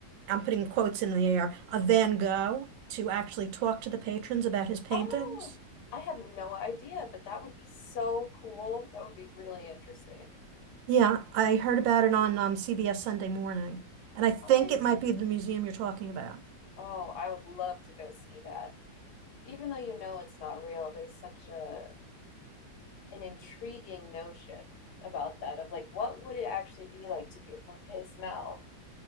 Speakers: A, on the right; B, on the left.
A: I'm putting quotes in the air, a Van Gogh to actually talk to the patrons about his paintings.
B: Oh, I have no idea, but that would be so cool. That would be really interesting.
A: Yeah, I heard about it on um, CBS Sunday Morning, and I think
B: Oh, I
A: it
B: see.
A: might be the museum you're talking about.
B: Oh, I would love to go see that. even though you know it's not real, there's such a an intriguing notion about that of like what would it actually be like to hear from his mouth